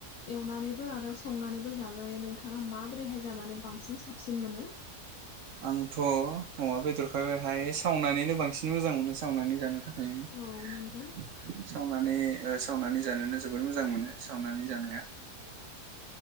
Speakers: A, on the left; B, on the right.
A: एवनानैबो आरो संनानैबो जाजायो नोंथाङा माबोरैहाय जानानै बांसिन साबसिन मोनो।
B: आंथ' अमा बेदरखायहाय सावनानैनो बांसिन मोजां मोनो सावनानै जानो थाखाय। जायो
A: औ नंगौ
B: सावनानै ओ। सावनानै जानोनो जोबोर मोजां मोनो सावनानै जानाया।